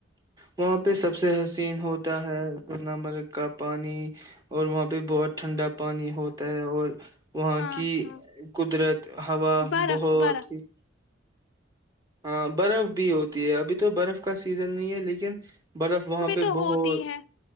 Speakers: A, on the right (about 20°); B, on the left (about 75°).
A: وہاں پہ سب سے حسین ہوتا ہے سن مرگ کا پانی اور وہاں پہ بہت ٹھنڈا پانی ہوتا ہے اور وہاں
B: ہاں
A: کی
B: ہاں
A: قدرت ہوا
B: برف
A: بہت
B: برف
A: ہی <unintelligible> ہاں برف بھی ہوتی ہے ابھی تو برف کا سیزن نہیں ہے لیکن برف وہاں پہ
B: تو
A: بہت
B: ہوتی ہے